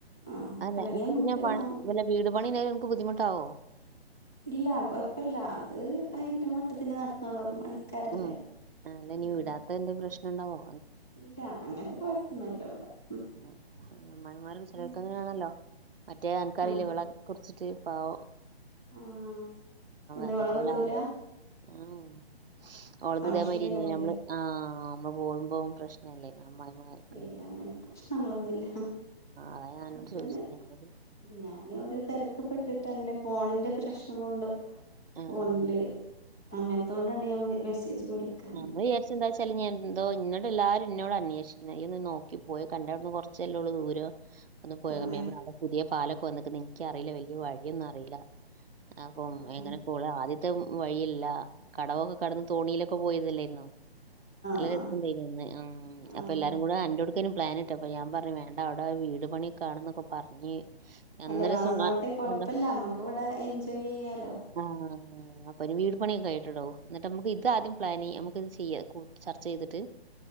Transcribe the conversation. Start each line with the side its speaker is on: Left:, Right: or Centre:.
Centre: ആഹ്
Right: അല്ല
Centre: അല്ലെങ്കി
Right: അനക്ക്
Centre: നമ്മക്ക്
Right: പിന്നെ പണി
Centre: ആഹ്
Right: വല്ല വീട് പണി <unintelligible> അനക്ക് ബുദ്ധിമുട് ട്ടാവോ?
Centre: ഇല്ല കൊഴപ്പില്ല അത് അതിന്റെ മട്ടത്തിന് നടന്നോളും പണിക്കാരല്ലേ.
Right: ഉം ആ അല്ല ഇനി
Centre: ഉം
Right: വിടാത്തന്റെ പ്രശ്നം ഇണ്ടാവോ
Centre: ഇല്ല അങ്ങനത്തെ കൊഴപ്പൊന്നുല്ല ഇവിടെ ഉം
Right: <unintelligible> അമ്മായിമ്മാരും ചെലർക്കങ്ങനെയാണല്ലോ
Centre: കിട്ടാൻ പ്രശ്നമില്ല
Right: മറ്റേ ആനക്കറിയില്ലേ
Centre: ആഹ്
Right: വിളെ കുറിച്ചിട്ട് പാവം.
Centre: ആഹ് എന്താ
Right: അതേപോലെ
Centre: ഓള വിടൂല.
Right: ആ- ആഹ് ഓളത്
Centre: സംശയാവൂലേ
Right: ഇതെ മാരി ആയിന് നമ്മള് ആഹ് നമ്മള് പോകുമ്പോ പ്രശ്നല്ലേ. അമ്മായിമാർക്ക്
Centre: ഏയ് അങ്ങനത്തെ പ്രശ്നങ്ങളൊന്നുല്ല.
Right: അത ഞാനോട്
Centre: സംശയൊന്നുല്ല
Right: ചോദിച്ചെ <unintelligible>
Centre: ഞാന് ഓരോ തെരക്ക്പ്പെട്ടിട്ട് അങ്ങനെ ഫോണിന്റെ പ്രശ്നം കൊണ്ടും
Right: ആഹ്
Centre: ഫോണില് അങ്ങനത്ത കൊണ്ടാണ് ഞാൻ വി മെസ്സേജ് വിളിക്കാന്ന്
Right: ഞമ്മള് വിചാരിച്ച് എന്താ വെച്ചാല് ഇനി എന്തോ <unintelligible> എല്ലാരും ന്നോട് അന്വേഷിക്കണ് നീയോന്ന് നോക്കി പോയി കണ്ടവിട്ന്ന് കൊറച്ചല്ലേ ഒള്ളൂ ദൂരോ ഒന്ന് പോയി
Centre: അതായി
Right: <unintelligible> അപ്പ ഞാൻ പറഞ്ഞ് അവിടെ പുതിയ പാലൊക്കെ വന്ന്ക്ക്ന്ന് എനിക്കറിയില്ല വലിയ വഴിയൊന്നും അറിയില്ല. അപ്പം
Centre: ആഹ്
Right: എങ്ങനെ
Centre: ആഹ്
Right: <unintelligible> ആദ്യത്തെ വഴിയില്ല കടവൊക്കെ കടന്ന് തോണിലൊ ക്കെ പോയതല്ലെര്ന്നോ നല്ല
Centre: ആഹ്
Right: രസണ്ടായിരുന്നു ആഹ്
Centre: ആഹ്
Right: അപ്പ എല്ലാരും കൂടെ ആന്റടുക്കുനു പ്ലാനിട്ടപ്പ ഞാൻ പറഞ്ഞു വേണ്ട അവിടെ വീട് പണിക്കെ ആണ്ന്നൊക്കെ പറഞ്ഞ് അന്ന്
Centre: അല്ല
Right: രസം
Centre: വന്നോട്ടെ
Right: ആ
Centre: കൊഴപ്പല്ല,
Right: കണ്ടോ
Centre: മ്മക്ക് ഇവിടെ എൻജോയ് ചെയ്യാലോ.
Right: ആഹ് <unintelligible> വീട് പണിയൊക്കെ കയിട്ടെടോ എന്നിട്ട് നമ്മുക്ക് ഇത് ആദ്യം പ്ലാന് നമുക്ക് ഇത് ചെയ്യ കു ചർച്ച ചെയ്തിട്ട്